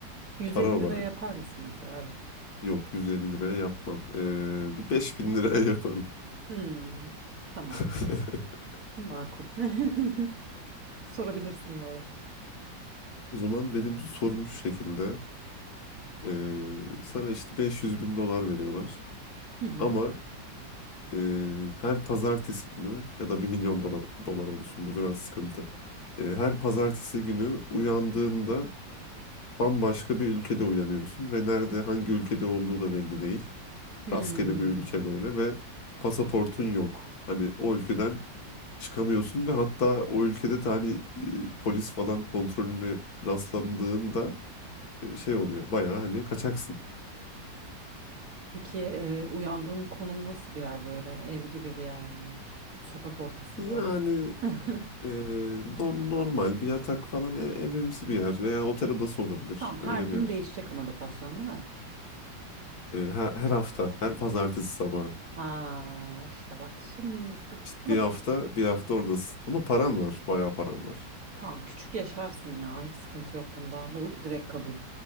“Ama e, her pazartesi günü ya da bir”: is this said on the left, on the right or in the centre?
Left